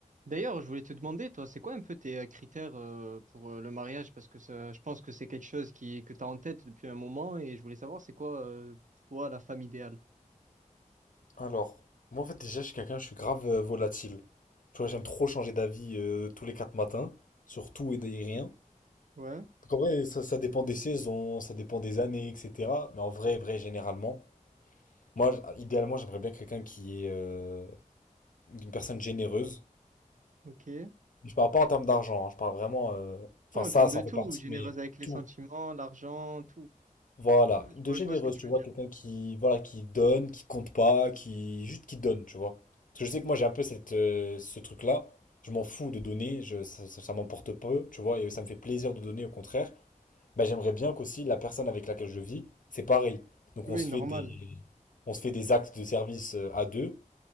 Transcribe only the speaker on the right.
D'ailleurs, je voulais te demander, toi, c'est quoi un peu tes euh, critères euh, pour euh, le mariage? Parce que ça- je pense que c'est quelque chose qui, que tu as en tête depuis un moment et je voulais savoir, c'est quoi euh, pour toi la femme idéale?
Ouais,
ok. Ouais,
en
termes
de
tout,
généreuse
avec les
sentiments, l'argent, tout.
Oui,
je vois,
je vois ce que tu
veux
dire.
Oui,
normal.